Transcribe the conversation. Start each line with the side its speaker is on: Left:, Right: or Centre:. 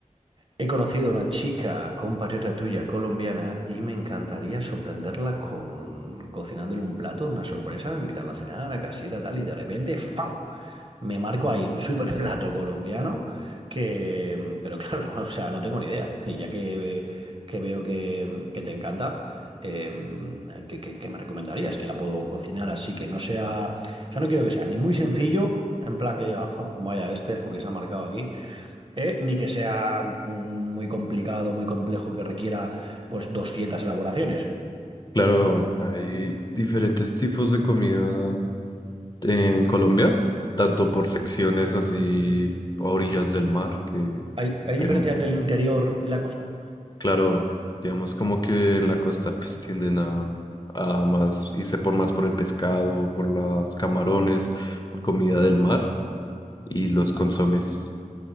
Right: He conocido a una chica compatriota tuya colombiana y me encantaría sorprenderla con cocinándole un plato, una sorpresa, invitarla a cenar a casita, tal, y de repente ¡fam! me marco ahí un super plato colombiano que, pero claro, <laughs> o sea, no tengo ni idea. Y ya que, que veo que, que te encanta, eh, ¿qué, qué- qué me recomendarías? Que la puedo cocinar así, que no sea, o sea, no quiero que sea ni muy sencillo, en plan que diga, "Uf, vaya, este es lo que se ha marcado aquí, ¿eh? ni que sea mm, muy complicado, muy complejo, que requiera pues 200 elaboraciones.
Left: Claro, hay diferentes tipos de comida en Colombia, tanto por secciones así a orillas del mar, que
Right: Hay, hay
Left: hay,
Right: diferencia
Left: mu-
Right: entre el interior y la costa.
Left: claro, digamos como que en la costa pues tienden a, a más y se por más por el pescado, por los camarones, por comida del mar y los consomes.
Right: A,